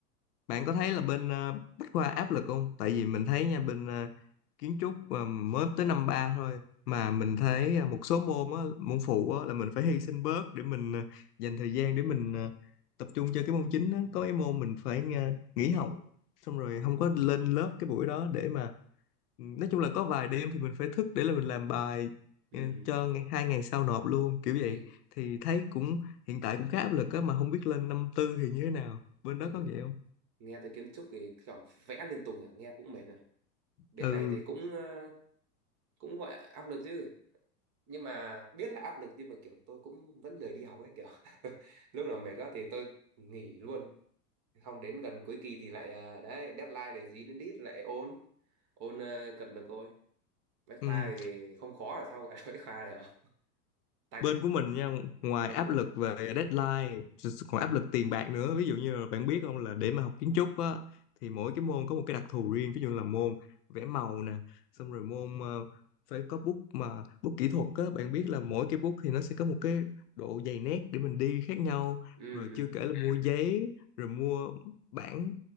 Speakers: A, on the left (about 75°); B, on the right (about 40°).
A: bạn có
B: thì-
A: thấy là bên ờ, Bách Khoa áp lực không tại vì mình thấy nha bên ờ, kiến trúc mà mới tới năm ba thôi mà mình thấy ờ, một số môn á, môn phụ á, là mình phải hy sinh bớt để mình ờ, dành thời gian để mình ờ, tập trung cho cái môn chính á. có cái môn mình phải ờ, nghỉ học xong rồi không có lên lớp cái buổi đó để mà nói chung là có vài đêm thì mình phải thức để là mình làm bài
B: ừ.
A: ừ, cho ngày, hai ngày sau nộp luôn kiểu vậy
B: nghĩ
A: thì thấy cũng hiện tại cũng khá áp lực á mà không biết lên năm tư thì như thế nào bên
B: ừ,
A: đó có vậy không
B: nghe tới kiến trúc thì kiểu vẽ liên tục nhỉ nghe cũng mệt rồi bên
A: ừ
B: này thì cũng ờ, cũng gọi là áp lực chứ nhưng mà biết là áp lực nhưng mà kiểu tôi cũng vẫn lười đi học ấy kiểu <laughs> lúc nào mệt quá thì tôi nghỉ luôn không đến gần cuối kỳ thì lại ờ, đấy deadline để dí đến đít lại ôn ôn ờ, cật lực thôi bách khoa
A: ừ
B: thì không khó là sao gọi là <laughs> bách khoa được tạch
A: bên
B: ừ,
A: của mình nha ngoài
B: tạch
A: áp
B: nhiều
A: lực
B: lắm
A: về
B: ừ.
A: deadline còn áp lực tiền bạc nữa ví dụ như là bạn biết không là để mà học kiến trúc á thì mỗi cái môn có một cái đặc thù riêng ví dụ là môn vẽ màu nè xong rồi môn ờ, phải có bút mà bút kỹ thuật á bạn biết là mỗi cái bút thì nó sẽ có một cái độ dày nét để mình đi khác nhau
B: Ừ,
A: rồi
B: ừ.
A: chưa kể là Ừ. mua giấy rồi mua bảng